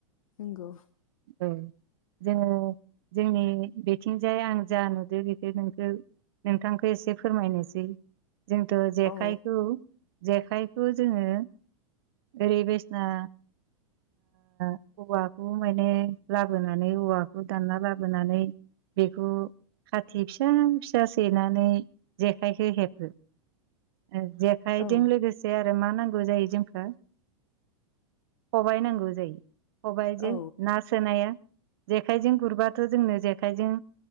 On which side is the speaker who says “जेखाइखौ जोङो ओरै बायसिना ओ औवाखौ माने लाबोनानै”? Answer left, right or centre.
Right